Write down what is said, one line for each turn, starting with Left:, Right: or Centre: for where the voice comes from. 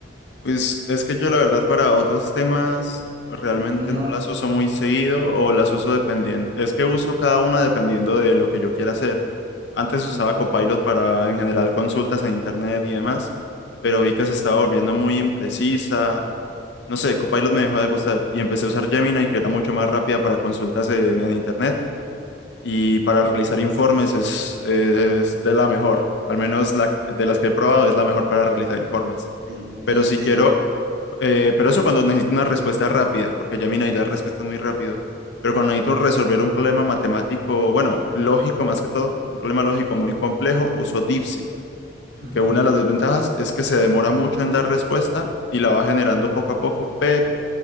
Left: Pues es que yo la verdad para otros temas realmente
Right: No.
Left: no las uso muy seguido o las uso dependiendo. Es que uso cada una dependiendo de lo que yo quiera hacer. Antes usaba
Right: Ujú.
Left: Copilot para en general consultas en internet y demás, pero vi que se estaba volviendo muy imprecisa. No sé, Copilot me dejó de gustar y empecé a usar Gemini que era mucho más rápida para consultas en, en internet y para realizar informes es, es de la mejor. Al menos la, de las que he probado es la mejor para realizar informes.
Right: Sí,
Left: Pero
Right: Y
Left: si
Right: de...
Left: quiero eh, pero eso cuando necesito una respuesta rápida, porque ya Gemini da respuestas muy rápido. Pero cuando necesito resolver un problema matemático, bueno, lógico más que todo, un problema lógico muy complejo, uso DeepSeek,
Right: Ujú.
Left: que una de las desventajas es que se demora mucho en dar respuesta y la va generando poco a poco, pero